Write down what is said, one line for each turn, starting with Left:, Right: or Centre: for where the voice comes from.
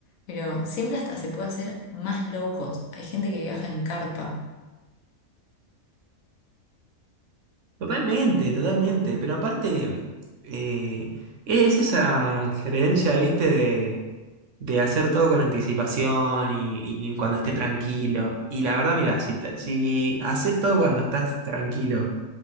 Left: Pero siempre hasta se puede hacer más low cost. Hay gente que viaja en carpa.
Right: Totalmente, totalmente. Pero aparte, eh, es esa creencia, viste, de, de hacer todo con anticipación y, y cuando esté tranquilo. Y la verdad, mira, si, te- si haces todo cuando estás tranquilo,